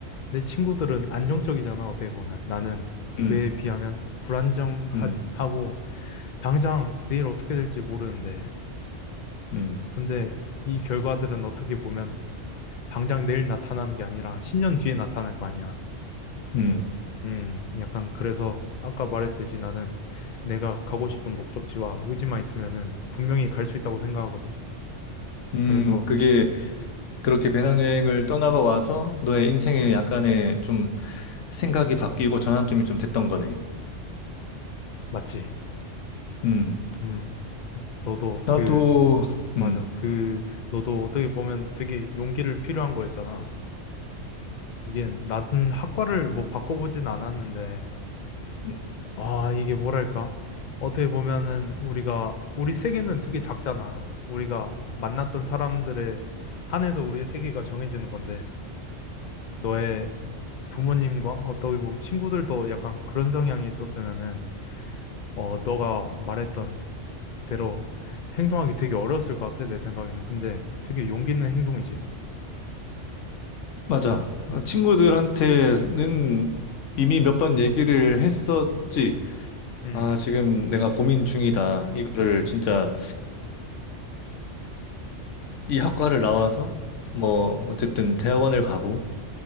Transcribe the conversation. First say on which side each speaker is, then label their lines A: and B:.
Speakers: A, on the left; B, on the left.
A: 내 친구들은 안정적이잖아, 어떻게 보면. 나는
B: 음,
A: 그에 비하면 불안정하고,
B: 음,
A: 당장 내일 어떻게 될지 모르는데,
B: 음,
A: 근데 이 결과들은 어떻게 보면 당장 내일 나타나는 게 아니라 10년 뒤에 나타날 거 아니야.
B: 음,
A: 음, 약간 그래서 아까 말했듯이 나는 내가 가고 싶은 목적지와 의지만 있으면은 분명히 갈 수 있다고 생각하거든.
B: 음,
A: 그래서
B: 그게
A: 음,
B: 그렇게 배낭여행을 떠나가 와서 너의 인생에 약간의 좀 생각이 바뀌고 전환점이 좀 됐던 거네.
A: 맞지.
B: 음,
A: 음. 너도
B: 나도,
A: 그 맞아.
B: 음.
A: 그 너도 어떻게 보면 되게 용기를 필요한 거였잖아. 이게 나는 학과를 뭐 바꿔보진 않았는데
B: 음.
A: 아, 이게 뭐랄까? 어떻게 보면은 우리가 우리 세계는 되게 작잖아. 우리가 만났던 사람들의 한해서 우리의 세계가 정해지는 건데 너의 부모님과 어떻게 보면 친구들도 약간 그런 성향이 있었으면은 어, 너가 말했던 대로 행동하기 되게 어려웠을 것 같아, 내 생각에는. 근데 되게 용기 있는 행동이지.
B: 맞아. 어, 친구들한테는 이미 몇 번 얘기를 했었지.
A: 음,
B: 아, 지금 내가 고민 중이다. 이거를 진짜 이 학과를 나와서 뭐 어쨌든 대학원을 가고